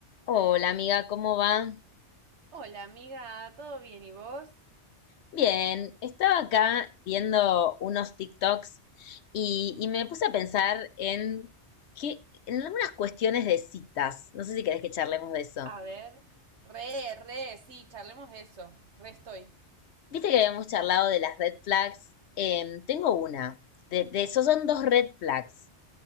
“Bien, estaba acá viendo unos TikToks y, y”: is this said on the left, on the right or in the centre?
Left